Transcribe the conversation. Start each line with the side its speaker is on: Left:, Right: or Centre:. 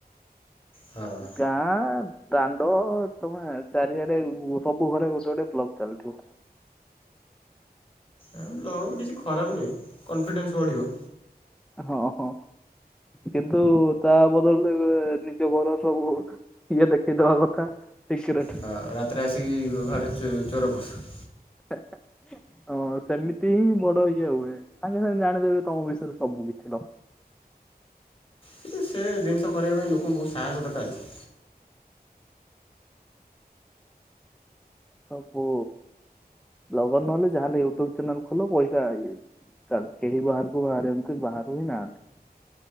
Left: ହଁ।
Centre: ଗାଁ ଆଁ। ଦାଣ୍ଡ ଅ ତମେ ଚାରିଆଡେ ଉମ୍ ସବୁ ଘରେ ଗୋଟେ ଗୋଟେ ବ୍ଲଗ ଚାଲିଥିବ।
Left: ଏଁ ବ୍ଲଗ୍ କିଛି ଖରାପ ନୁହେଁ କନଫିଡେନ୍ସ ବଢ଼ିବ।
Centre: ହଁ ହଁ କିନ୍ତୁ ତା ବଦଳି ନିଜ ଘର ସବୁ ଇଏ ଦେଖେଇଦବା କଥା। ସିକ୍ରେଟ
Left: ହଁ ରାତିରେ ଆସିକି ଘରେ ଚୋ ଚୋର ପଶ।
Centre: ହା ହା ହଁ ସେମିତି ହିଁ ବଡ ଇଏ ହୁଏ ସାଙ୍ଗେ ସାଙ୍ଗ ଜାଣିଦେବେ ତମ ବିଷୟରେ। ସବୁ ବି ଥିଲ।
Left: କିନ୍ତୁ ସେ ଜିନିଷ କରିବା ପାଇଁ ଲୋକଙ୍କୁ ବହୁତ ସାହସ ଦରକାର ଅଛି।
Centre: ସବୁ ଲଗଅନ୍ ନହେଲେ ଯାହାହେଲେ ୟୁଟ୍ୟୁବ ଚ୍ୟାନେଲ ଖୋଲ ପଇସା ହେଇଯାଇଛି। ତାହେଲେ କେହି ବାହାରକୁ ବାହାରି ଙ୍କୁ ବାହାରୁ ହିଁ ନାହାନ୍ତି।